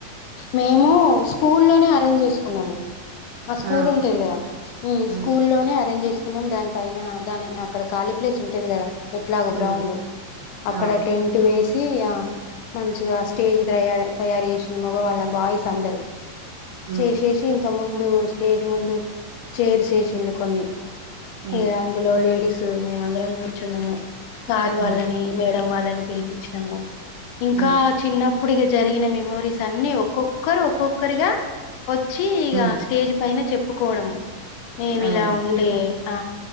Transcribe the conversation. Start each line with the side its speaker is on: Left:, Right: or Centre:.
Left: మేము స్కూ లోనే అరేంజ్ చేసుకున్నాము మా స్కూల్
Right: ఆ
Left: ఉంటది కదా హ్మ్ స్కూ
Right: ఉమ్
Left: లోనే అరేంజ్ చేసుకున్నాం దాని పైన దాని ఆ అక్కడ ఖాళీ ప్లేస్ ఉంటది కదా ఎట్లాగో గ్రౌండ్
Right: ఉమ్
Left: అక్కడ
Right: అవును
Left: టెంట్ ఏస సి యా మంచిగా స్టేజ్ తయ తయారు చేసిన మగవాళ్ళ బాయ్స్ అందరు
Right: ఉమ్
Left: చేసేసి ఇంక ముందు స్టేజ్ ముందు చైర్స్ ఎస్సీలు కొన్ని
Right: ఉమ్
Left: ఇగ అందులో లేడీస్ మేము అందరం కూర్చున్నాము సార్ వాళ్ళని
Right: ఉమ్
Left: మేడం వాళ్ళని పిలిపచ్చినాము ఇంకా
Right: ఉమ్
Left: చిన్నప్పుడు ఇగా జరిగిన మెమోరీస్ అన్నీ ఒక్కొక్కరు ఒక్కొక్కరిగా వచ్చి ఇక
Right: ఉమ్
Left: స్టేజ్ పైన చెప్పుకోవడం మేమి
Right: అవును
Left: ఇలా ఉండే ఆ